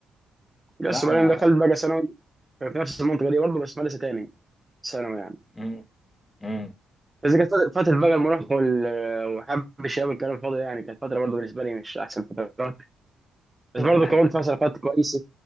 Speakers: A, on the right (about 15°); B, on the left (about 20°).
A: بس
B: لا
A: بعدين
B: أنا
A: دخلت بقى ثانوي في نفس المنطقة دي برضه بس مدرسة تاني ثانوي يعني
B: مم. مم.
A: بس كانت فترة فترة بقى المراهقة وال- وحب الشباب والكلام الفاضي ده يعني كانت فترة برضه بالنسبة لي مش أحسن فترات بس
B: <laughs>
A: برضه كونت فترات كويسة